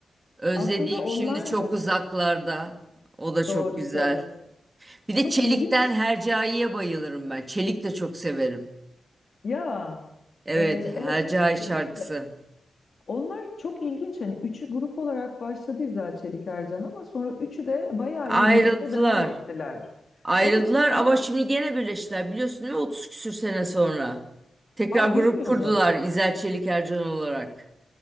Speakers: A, on the right; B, on the left.
A: Özlediğim
B: Aslında onlar
A: şimdi çok
B: da
A: uzaklarda. O da çok
B: doğru
A: güzel.
B: söylüyorsun.
A: Bir de
B: Çok
A: Çelik'ten
B: ilginç.
A: Hercai'ye bayılırım ben. Çelik de çok severim.
B: Ya
A: Evet,
B: e,
A: Hercai
B: evet
A: şarkısı.
B: dedik de onlar çok ilginç. Hani üçü grup olarak başladı İzel Çelik Ercan ama sonra üçü de bayağı
A: Ayrıldılar.
B: iyi müzikle devam ettiler.
A: Ayrıldılar
B: Evet ama
A: ama şimdi gene birleştiler biliyorsun değil mi 30 küsür sene sonra. Tekrar
B: aa bilmiyordum.
A: grup kurdular İzel Çelik Ercan olarak.